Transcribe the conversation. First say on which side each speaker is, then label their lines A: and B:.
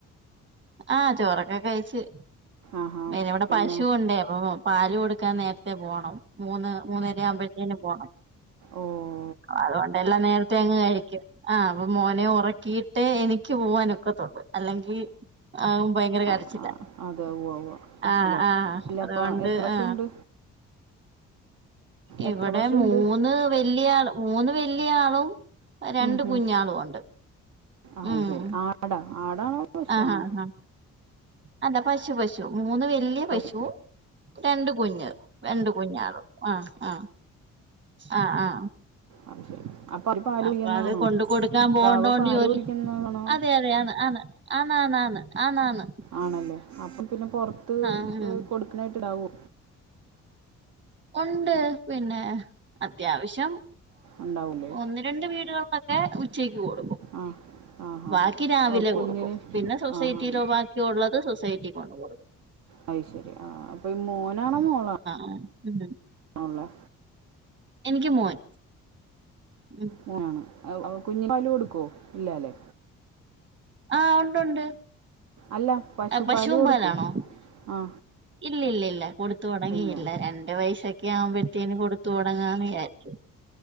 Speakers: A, on the right; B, on the right.
A: ആഹ് ചോറൊക്കെ കഴിച്ച്
B: ആഹാ
A: പിന്നെ ഇവിടെ
B: പിന്നെ
A: പശു ഉണ്ടേ അപ്പൊ പാല് കൊടുക്കാൻ നേരത്തെ പോകണം മൂന്ന് മൂന്നര ആവുമ്പോഴ്ത്തേനും പോണം
B: ഓഹ്
A: അതുകൊണ്ട് എല്ലാം നേരത്തെ അങ്ങ് കഴിക്കും ആഹ് അപ്പൊ മോനെ ഉറക്കിയിട്ട് എനി ക്ക് പോവാനൊക്കത്തുള്ളു അല്ലെങ്കിൽ അവൻ ഭയങ്കര
B: ആ
A: കരച്ചില്ല
B: ആ അതെ ഉവ്വ് ഉവ്വ് കരച്ചിലോ
A: ആ ആ
B: ഇല്ല
A: അതുകൊണ്ട്
B: അപ്പോൾ എത്ര പശുണ്ട്
A: ആ ഇവിടെ
B: എത്ര പശുണ്ട്
A: മൂന്ന് വല്ലേ ആൾ മൂന്ന് വല്ലേ ആളും രണ്ട്
B: ഉം, ഉം.
A: കുഞ്ഞളും ഉണ്ട്
B: ആ
A: ഉം
B: ശരി ആടാ ആടാണോ പശുവാണോ
A: ആഹ് ആഹ് ആഹ് അല്ല പശു പശു മൂന്ന് വലിയ
B: പശു
A: പശുവ രണ്ട് കുഞ്ഞ് രണ്ട് കുഞ്ഞാറും ആ ആ ആ ആ
B: അത് ശരി അപ്പൊ അവര് പാല്
A: അപ്പൊ
B: കുടിക്കുന്നതാണോ
A: അത് കൊണ്ട് കൊൊടുക്കാൻ പോകണ്ടോണ്ട്
B: പ്രാവ് പാല്
A: ജോലി
B: കുടിക്കുന്നതാണോ
A: അതെ അതെയ ആണ് ആണ് ആന്നാന്ന ആന്നാന്ന് ആനാണ്
B: ആണല്ലേ അപ്പം പിന്നെ പുൊറത്ത്
A: ഉം
B: കൊടുക്കുന്നായിട്ട് ഇടാവോ
A: ഉണ്ട് പിന്നെ അത്യാവശ്യം
B: ഉണ്ടാവൂലേ
A: ഒന്ന് രണ്ട് വീടുകളിലൊക്കെ ഉച്ചയ്ക്ക് കൊടുകും
B: ആ ആ ഹാ
A: ബാക്കി
B: ഹാ
A: രാവിലെ
B: ഓ കുഞ്ഞിന്
A: കൊടുക്കും പിന്നെ സൊസൈറ്റിയിലോ
B: ആ ഹാ
A: ബാക്കിയ ഉള്ളത് സൊസൈറ്റി കൊണ്ട് കൊടുക്കും
B: അ യ് ശരി ആ് അപ്പൊ മോനാണോ മോളാണോ
A: ആ ഉം
B: ഉള്ളേ
A: എനിക്ക് മോൻ ഉം
B: മോനാണ് അപ്പോ കുഞ്ഞിന് പാല് കൊടുക്കുവോ ഇല്ലല്ലെ
A: ആ ഉണ്ട് ഉണ്ട്
B: അല്ല പശുപാല്
A: പശുവും
B: കൊടുക്കോ
A: പാാലാണോ
B: ആ
A: ഇല്ല ഇല്ല ഇല്ല കൊടുത്ത തുടങ്ങിയില്ല
B: ഇല്ല
A: രണ്ടു പയസൊക്കെ ആവുമ്പോഴത്തേന് കൊടുത്തു തുടങ്ങന്ന് വിചാരിച്ചു